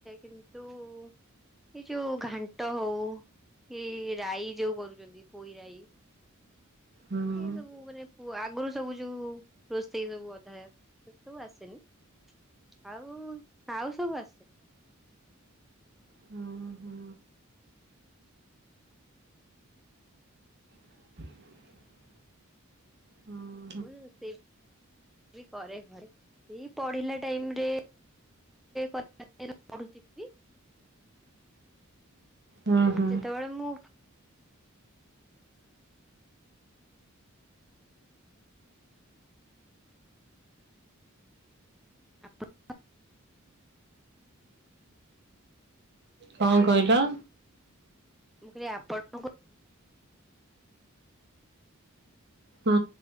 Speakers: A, in the centre; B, on the right (about 55°).
A: କିନ୍ତୁ ଏ ଯୋଉ ଘାଣ୍ଟ ହଉ ଏ ରାଈ ଯୋଉ କରୁଛନ୍ତି ପୋଇ ରାଇ
B: ହୁଁ
A: ଏ ସବୁ ମାନେ ପୁ ଆଗୁରୁ ସବୁ ଯୋଉ ରୋଷେଇ ସବୁ ଅଧା ସେ ସବୁ ଆସେନି। ଆଉ ଆଉ ସବୁ ଆସେ।
B: ହଁ ହଁ। <inaudible> ହଁ।
A: <unintelligible> <unintelligible> ଏଇ ପଢ଼ିଲା ଟାଇମ୍ରେ କ ପଢୁଛି ଟି?
B: ହୁଁ ହୁଁ
A: ସେତେବେଳେ ମୁଁ ଆପ <inaudible>
B: କଣ କହିଲ?
A: ମୁଁ କହିଲି ଆପଣ।
B: ହୁଁ,